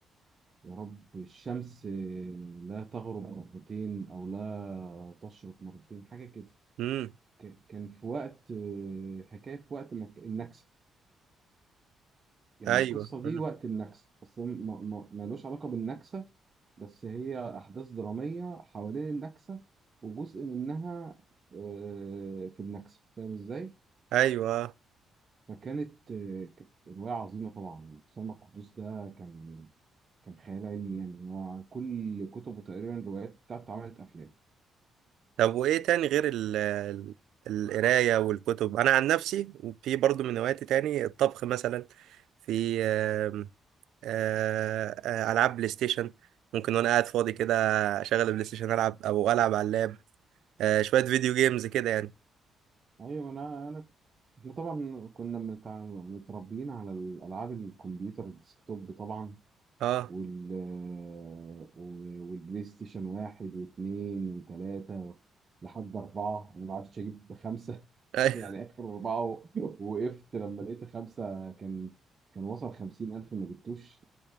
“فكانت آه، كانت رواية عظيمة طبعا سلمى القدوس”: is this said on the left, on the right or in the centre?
Right